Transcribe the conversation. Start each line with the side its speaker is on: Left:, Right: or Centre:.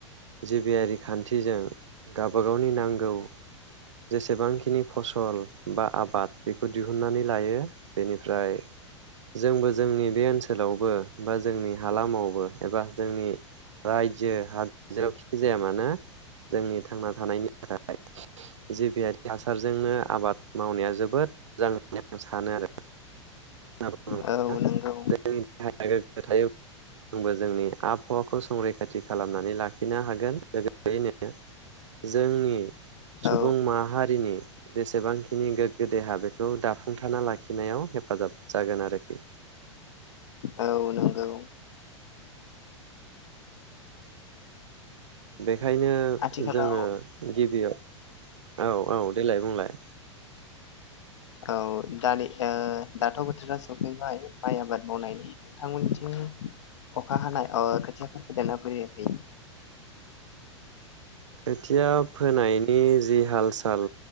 Right: जिबियारि खान्थिजों गावबा गावनि नांगौ जेसेबांखिनि फसल बा आबाद बेखौ दिहुननानै लायो बेनिफ्राय जोंबो जोंनि बे ओनसोलावबो बा जोंनि हालामावबो एबा जोंनि रायजो हाद जेरावखि जाया मानो जोंनि थांना थानायनि थाखाय जिबियारि हासारजोंनो आबाद मावनाया जो जोबोद <unintelligible> <unintelligible>
Left: आरो औ नंगौ
Right: बो जोंनि आबहावाखौ संरैखाथि खालामनानै लाखिनो हागोन लोगोसेयैनो जोंनि सुबुं
Left: औ
Right: माहारिनि जेसेबांखिनि गोग्गो देहा बेखौ दाफुंथाना लाखिनायाव हेफाजाब जागोन आरोखि
Left: औ नंगौ
Right: बे खायनो
Left: आथिखालाव
Right: जोङो गिबियाव औ औ देलाय बुंलाय
Left: औ दानि ओ दाथ' बोथोरा सफैबाय माइ आबाद मावनायनि नोंथांमोननिथिं अखा हानाय ओ खोथियाफोर फोदोंना फोयाखै
Right: खोथिया फोनायनि जि हाल साल